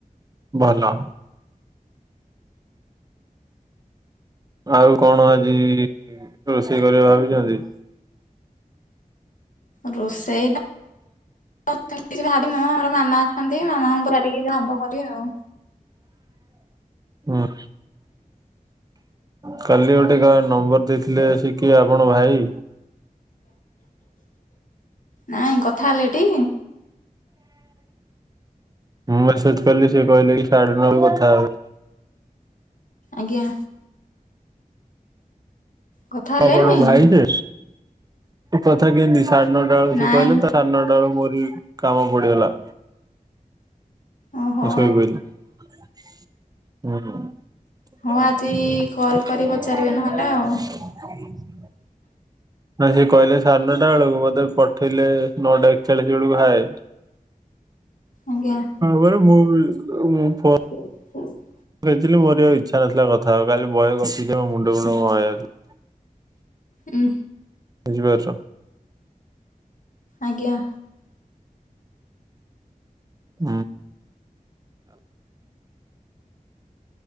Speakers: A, on the right; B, on the left.
A: ଭଲ। ଆଉ କଣ ଆଜି ରୋଷେଇ କରିବା ଭାବିଚନ୍ତି?
B: ରୋଷେଇ ଟା କିଛି ଭାବିିନୁ ଆମର ମାମା ଅଛନ୍ତି ମାମାଙ୍କୁ <unintelligible> ଭାବ କରିବେ ଆଉ।
A: ହୁଁ। କାଲି ଗୋଟେ କା ନମ୍ବର ଦେଇଥିଲେ ସେ କିଏ ଆପଣ ଭାଇ?
B: ନାଇଁ କଥା ହେଲେ ଟି।
A: ମୁଁ ମେସେଜ କଲି ସେ କହିଲେ କି ସାଢେ ନରୁ କଥା ହେବେ।
B: ଆଜ୍ଞା। କଥା ହେଲେନି
A: ଆପଣ ଭାଇ ସେ କଥା କେମିତି ସାଢେ ନଅଟା ବେଳ
B: ନାଇଁ
A: ସିଏ କହିଲେ ତ ସାଡେନରେ ମୋର ବି କାମ ପଡିଗଲା।
B: ଓହୋ
A: ମୁଁ ସୋଇପଇଲି ହୁଁ।
B: ହଉ ଆଜି କଲ୍ କରି ପଚାରିବେ
A: <inaudible>
B: ନହେଲେ ଆଉ
A: ନା ସେ କହିଲେ ସାଢେ ନଅଟା ବେଳକୁ ମତେ ପଠେଇଲେ ନଅଟା ଏକଚାଳିଶ ବେଳକୁ ହାଏ।
B: ଆଜ୍ଞା।
A: ମୁଁ କହିଲି ମୁଁ <unintelligible>
B: <inaudible>
A: ମୁଁଥିଲି ମୋ ଇଚ୍ଛା ନଥିଲା କଥା ହବାପାଇଁ କାଲି ବହେ ଗପିକି ମୋ ମୁଣ୍ଡ ଫୁଣ୍ଡ କଣ ହେଇଯାଇଥିଲା।
B: ଉ।
A: ବୁଝିପାରୁଚ?
B: ଆଜ୍ଞା।
A: ଉଁ